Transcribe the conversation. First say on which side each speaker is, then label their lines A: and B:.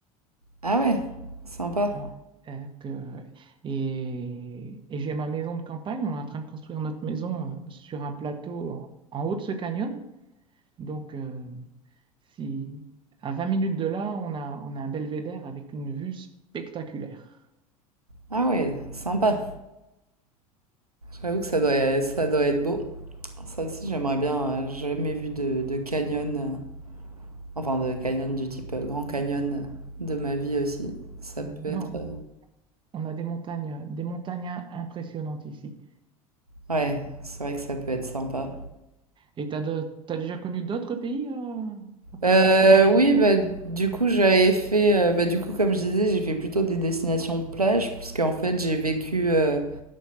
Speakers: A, on the right (about 85°); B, on the right (about 25°).
A: Ah ouais, sympa.
B: Ouais. Euh, que- et et j'ai ma maison de campagne. On est en train de construire notre maison euh, sur un plateau en, en haut de ce canyon. Donc, euh, si, à 20 minutes de là, on a, on a un belvédère avec une vue spectaculaire.
A: Ah ouais, sympa. J'avoue que ça doit, ça doit être beau. Ça aussi, j'aimerais bien. euh, J'ai jamais vu de, de canyon, euh, enfin de canyon du type euh, Grand Canyon euh, de ma vie aussi. Ça peut
B: Non,
A: être.
B: non,
A: euh,
B: on a des montagnes, des montagnes impressionnantes ici.
A: Ouais, c'est vrai que ça peut être sympa.
B: Et t'as de- t'as déjà connu d'autres pays euh, à part
A: Euh,
B: voyager?
A: oui, bah, du coup, j'avais fait. euh, bah, du coup, comme je disais, j'ai fait plutôt des destinations plage, puisque en fait, j'ai vécu euh,